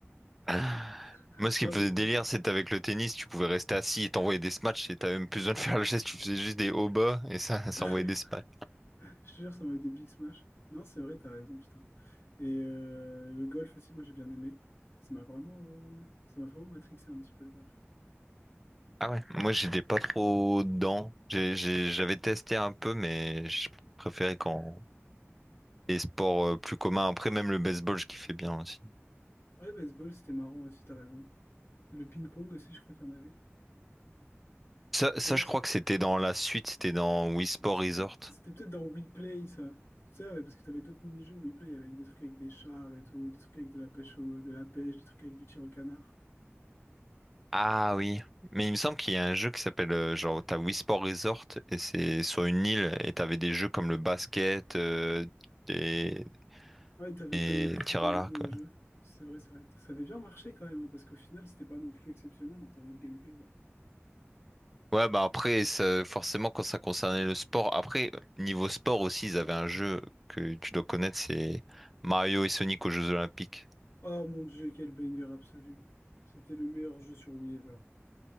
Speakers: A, in the centre; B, on the left.
A: <laughs>
B: <laughs>
A: Moi, ce qui
B: Non,
A: me faisait
B: le,
A: délire,
B: le-
A: c'est avec le tennis, tu pouvais rester assis et t'envoyer des smatchs et t'avais même plus besoin de faire le geste, tu faisais juste des hauts bas et ça, <laughs> ça
B: <laughs>
A: envoyait des smatchs.
B: Je te jure, ça m'avait des big smash. Non, c'est vrai, t'as raison, putain. Et euh, le golf aussi, moi, j'ai bien aimé. Ça m'a vraiment, euh, ça m'a vraiment matrixé un petit peu le golf.
A: Ah ouais. Moi, j'étais pas trop dedans. J'ai- j'ai- J'avais testé un peu, mais je préférais quand les sports euh, plus communs. Après, même le baseball, je kiffais bien aussi.
B: Ouais, baseball, c'était marrant aussi, t'as raison. Le ping-pong aussi, je crois qu'il y en avait.
A: Ça, ça,
B: Ou alors,
A: je crois que c'était dans la suite, c'était dans Wii Sport
B: C'était
A: Resort.
B: peut-être c'était peut-être dans Weplay, ça. Ça, ouais, parce que t'avais d'autres mini-jeux Weplay avec des trucs avec des chars et tout, des trucs avec de la pêche au, de la pêche, des trucs avec du tir au canard.
A: Ah oui. Mais il me semble qu'il y a un jeu qui s'appelle, euh, genre, t'as Wii Sport Resort et c'est sur une île et t'avais des jeux comme le basket, euh, des,
B: Ouais, t'avais
A: des
B: plein d'autres
A: tirs
B: euh,
A: à l'arc.
B: d'autres nouveaux jeux.
A: Ouais,
B: C'est vrai, c'est vrai. Ça avait bien marché quand même, hein, parce qu'au final, c'était pas non plus exceptionnel en termes de gameplay, quoi.
A: Ouais, bah après, ça- forcément, quand ça concernait le sport, après, niveau sport aussi, ils avaient un jeu que tu dois connaître, c'est Mario et Sonic aux Jeux Olympiques.
B: Oh mon Dieu, quel banger absolu. C'était le meilleur jeu sur Wii ever.